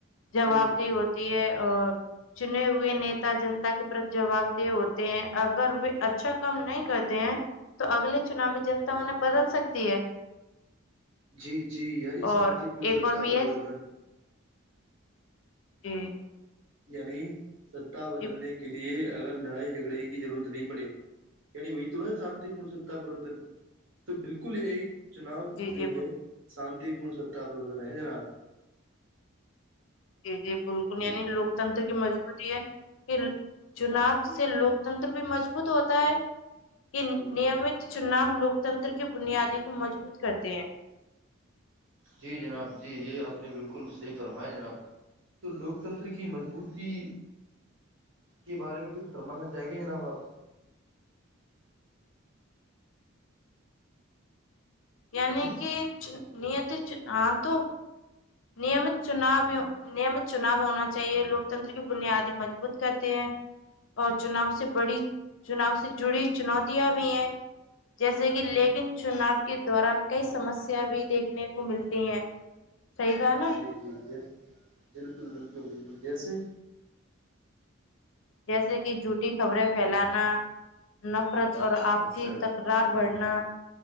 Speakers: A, on the left; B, on the right.
A: جوابدہ
B: ہ
A: ہو ہے اور چنے ہوئے نیتا جنتا کے پرت جواب دہ ہوتے ہیں اگر و اچھا کم نہیں کرتے ہیں تو اگلے چناؤ میں جنتا انہیں بدل سکتی ہے
B: جی جی یعنی
A: اور
B: شانتی پورن
A: ایک
B: ستا
A: اور بھی
B: پرورتن
A: ہے جی
B: یعنی ستتا بدلنے
A: جی
B: کے لیے اگر لڑائی جھگڑے کی ضرورت نہیں پڑے یعنی وہی تو ہے شانتی پورن ستا پرورتن تو بالکل یہ ایک چناؤ
A: جی جی
B: جو ہے شانتی پورن ستا پرورتن ہے جناب
A: یہ بک یعنی لوکتنتر کی مجبوط ہے یہ چناب سے لوکتنتر بھی مضبوط ہوتا ہے کہ نیمت چناؤ لوکتنتر کی بنیادی کو مضبوط کرتے ہیں
B: جی جناب جی یہ آپ نے بالکل صحیح فرمایا جناب تو لوک تنتر کی مضبوطی کے بارے میں کچھ فمانا چاہیں گے جناب آپ
A: یعنی
B: ہوں
A: کہ نت ہ تو نیمت چنابوں نمت چناؤ ہونا چاہیے لوکتنتر کی بنیادی مضبوط کرتے ہیں اور چناؤ سے بڑی چناؤ سے جڑی چنوتیاں بھی ہیں جیسے کہ لیکن چناؤ کے دوران کئی سمسیا بھی دیکھنے کو ملتی ہیں صحی نا
B: جی
A: <unintelligible>
B: جی جی بالکل بالکل بالکل جیسے
A: جیسے کہ جھوٹی خبریں پھیلانا نفرت اور آپسی
B: اچھا اچھا
A: تک ار بڑنا